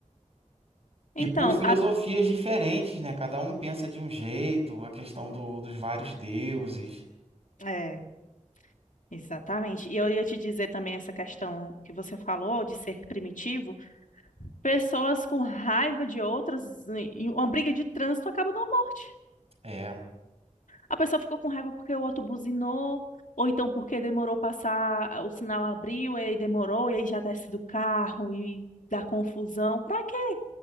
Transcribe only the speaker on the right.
E
por filosofias diferentes, né? Cada um pensa de um jeito, a questão do- dos vários deuses.
É,